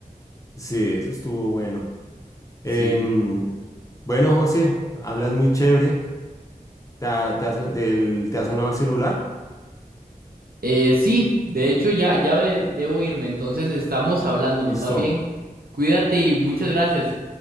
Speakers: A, on the left; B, on the right.
A: Sí, eso estuvo bueno.
B: Sí.
A: Em, bueno, José, hablas muy chévere. ¿Te ha, te has- del- te ha sonado el celular?
B: Eh, sí, de hecho ya, ya de- debo irme, entonces estamos hablando,
A: Listo.
B: nos va bien. Cuídate y muchas gracias.